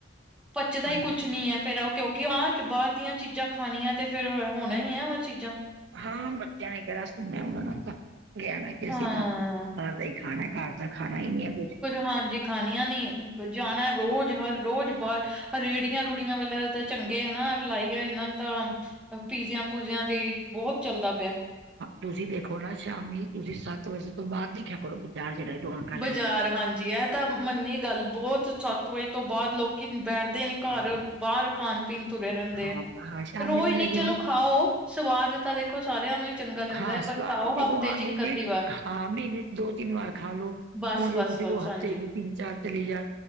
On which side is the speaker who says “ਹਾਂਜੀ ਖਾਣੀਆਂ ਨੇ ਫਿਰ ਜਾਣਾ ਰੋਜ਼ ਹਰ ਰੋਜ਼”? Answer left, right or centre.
Centre